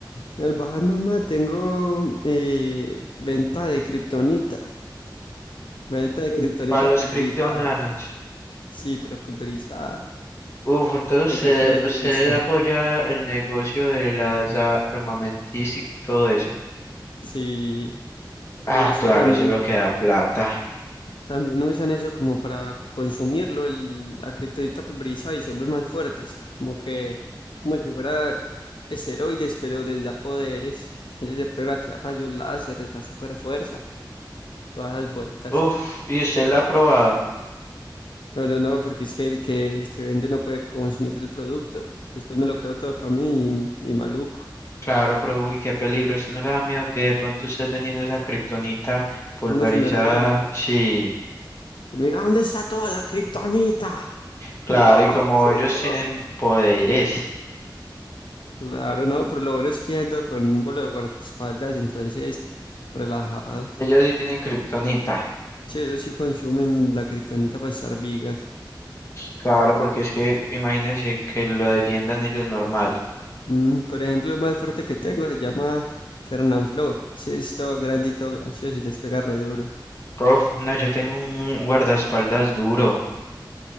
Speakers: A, on the left; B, on the left.
A: El Bahatma tengo eh, venta de kriptonita. Meta de
B: Ay,
A: kriptonita
B: para los
A: pulverizada.
B: criptonanos.
A: Sí, pero pulverizada.
B: Uf, entonces
A: Así
B: usted,
A: es que les
B: usted
A: gusta.
B: apoya el negocio de las armamentísticas y todo eso.
A: Sí,
B: Ah,
A: pero es
B: claro,
A: que también,
B: eso es lo que da plata.
A: también usan eso como para consumirlo, el, la kriptonita pulverizada y se vuelven más fuertes. Como que, como si fuera esteroides, pero les da poderes. Entonces se pueden tirar rayos láser, les da super fuerza. Todas esas vueltas.
B: Uf, ¿y usted la ha probado?
A: No, no, no, porque es que el que, el que vende no puede consumir el producto. Después me lo quedo todo para mí y, y maluco.
B: Claro, pero uy, qué peligro. ¿Usted no le da miedo que de pronto usted vendiendo esa kriptonita pulverizada?
A: Uno se me revela.
B: Sí,
A: Y me diga, ¿dónde está toda la kriptonita?
B: claro,
A: Yo.
B: y como
A: <laughs>
B: ellos tienen poderes,
A: Claro, no, pero lo bueno es que ando con un bolo de guardaespaldas, entonces relajado.
B: ellos sí tienen kriptonita.
A: Sí, ellos sí consumen la kriptonita para estar vigas.
B: Claro, porque es que imagínense que lo defiendan ellos normal.
A: Mm, por ejemplo, el más fuerte que tengo se llama Fernanfloo. Sí, es todo grande gracioso y les pega re duro.
B: Prof, no, yo tengo un guardaespaldas duro.